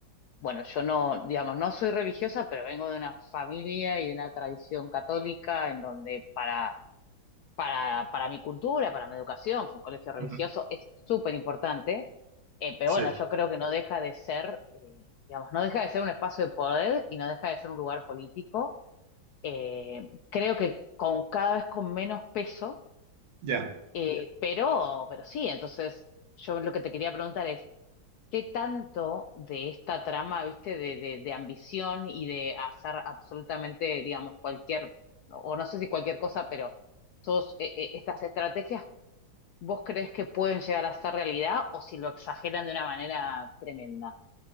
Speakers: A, on the left; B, on the right.
A: bueno, yo no, digamos, no soy religiosa, pero vengo de una familia y de una tradición católica en donde para, para, para mi cultura, para mi educación, fue un colegio religioso,
B: Ujú.
A: es súper importante, eh, pero
B: Sí,
A: bueno, yo creo que no deja de ser, eh, digamos, no deja de ser un espacio de poder y no deja de ser un lugar político. Eh, creo que con cada vez con menos peso
B: ya.
A: ya. Eh, pero, pero sí, entonces yo lo que te quería preguntar es, ¿qué tanto de esta trama, viste, de, de, de ambición y de hacer absolutamente, digamos, cualquier, o no sé si cualquier cosa, pero todas eh, eh, estas estrategias, ¿vos crees que pueden llegar a ser realidad o si lo exageran de una manera tremenda?